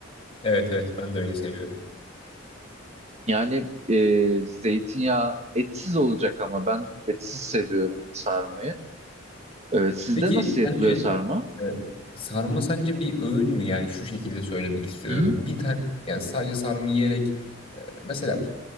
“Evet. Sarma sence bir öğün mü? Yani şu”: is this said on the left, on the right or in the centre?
Left